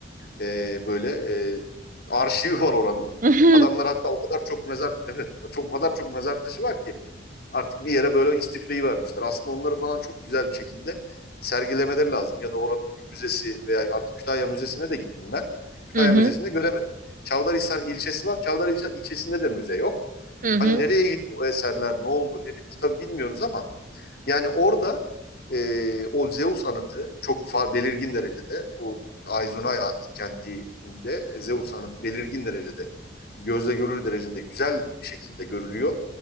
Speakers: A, on the left; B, on the right.
A: E, böyle e, arşivi var oranın.
B: Hı hı.
A: Adamlar hatta o kadar çok mezar evet çok o kadar çok mezar taşı var ki artık bir yere böyle istifleyi vermişler. Aslında onları falan çok güzel bir şekilde sergilemeleri lazım. Ya da oranın bir müzesi veya artık Kütahya Müzesi'ne de gittim ben. Kütahya
B: Hı hı.
A: Müzesi'nde göremedim. Çavdarhisar ilçesi var. Çavdarhisar ilçesinde de müze yok.
B: Hı hı.
A: Hani nereye gitti bu eserler, ne oldu, ne bitti tabii bilmiyoruz ama yani orada e, o Zeus anıtı çok fa- belirgin derecede o Aizunay antik kentinde Zeus anıtı belirgin derecede gözle görülür derecede güzel bir şekilde görülüyor.